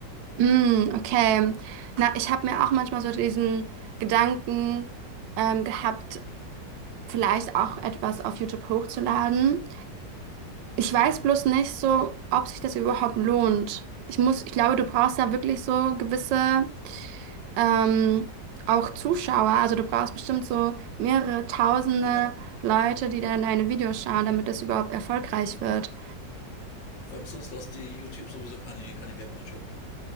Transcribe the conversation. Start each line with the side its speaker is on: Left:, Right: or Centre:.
Right: Mm, okay. Na, ich habe mir auch manchmal so diesen Gedanken ähm, gehabt, vielleicht auch etwas auf YouTube hochzuladen. Ich weiß
Left: Mhm.
Right: bloß nicht so, ob sich das überhaupt lohnt. Ich muss, ich glaube, du brauchst da wirklich so gewisse ähm, auch Zuschauer. Also du brauchst bestimmt so mehrere tausende
Left: Genau.
Right: Leute, die dann deine Videos schauen, damit das überhaupt erfolgreich wird.
Left: Vor allem sonst lässt die YouTube sowieso keine, keine Werbung einschalten.